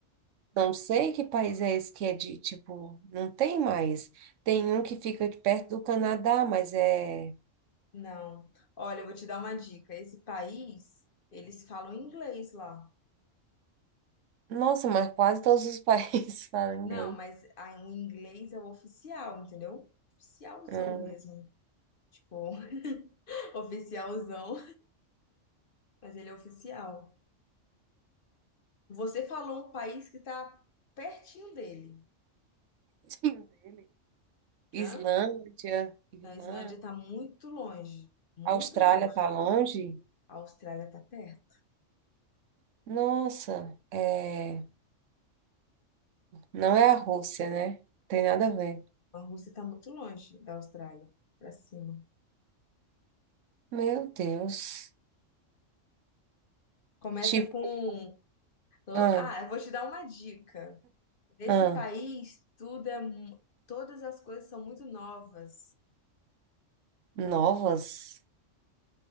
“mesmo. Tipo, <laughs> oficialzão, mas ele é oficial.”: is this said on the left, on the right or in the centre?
Left